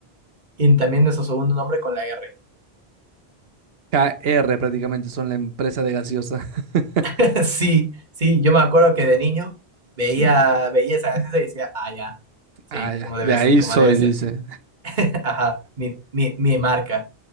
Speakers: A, on the right (about 45°); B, on the right (about 70°).
A: y también nuestro segundo nombre con la R.
B: KR prácticamente son la empresa de gaseosa. <laughs>
A: <laughs> Sí, sí, yo me acuerdo que de niño veía, veía esa gaseosa y decía, ah, ya, sí,
B: Ah, ya,
A: como debe,
B: de ahí
A: como
B: soy,
A: debe
B: dice.
A: ser. <laughs> Ajá, mi, mi, mi marca.